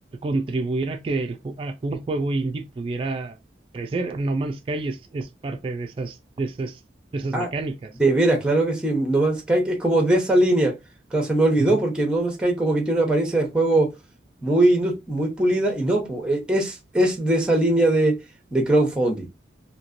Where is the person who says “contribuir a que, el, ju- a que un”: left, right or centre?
Right